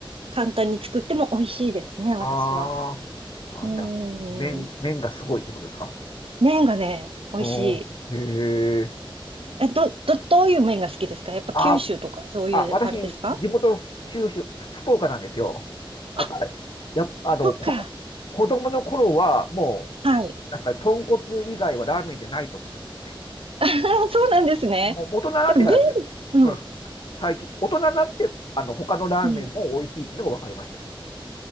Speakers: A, on the right; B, on the left.
A: 簡単に作っても美味しいですね、
B: あーあー、
A: 私は。うーん、
B: じゃあ、麺、麺がすごいってことですか
A: 麺がね、美味しい。
B: おー、へえ。
A: え、ど、ど、どういう麺が好きですかやっぱ九州とかそういうあれですか
B: あ、あ、私、地元、九州、福岡なんですよ。だから、
A: あ、
B: やっぱ、あの、
A: そっか。
B: こ子供の頃は、もう、
A: はい。
B: なんすかね、豚骨以外はラーメンじゃないと思ってましたね。
A: <laughs> そうなんですね。
B: もう、大人になってからですよ。
A: でも麺、うん、
B: うん。最近、大人になって、あの、他のラーメンも美味しいっていうのが分かりましたね。
A: うん。